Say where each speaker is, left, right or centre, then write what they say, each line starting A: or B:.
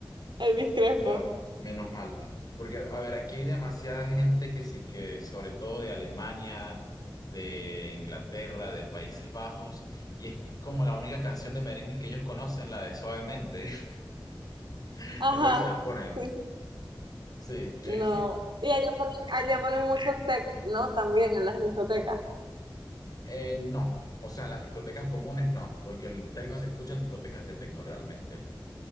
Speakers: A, on the right (about 65°); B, on the left (about 45°).
A: Elvis Crespo.
B: Ya, menos mal. Porque, a ver, aquí hay demasiada gente que sí que, sobre todo de Alemania, de Inglaterra, de Países Bajos, y es como la única canción de merengue que ellos conocen, la de Suavemente. <laughs>
A: Ajá.
B: Entonces se las ponen.
A: Sí, sí.
B: Sí, eh,
A: No. Y allá ponen, allá ponen mucho tech, ¿no? También en las discotecas.
B: <laughs> eh, no. O sea, en las discotecas comunes no, porque el tecno se escucha en discotecas de tecno realmente.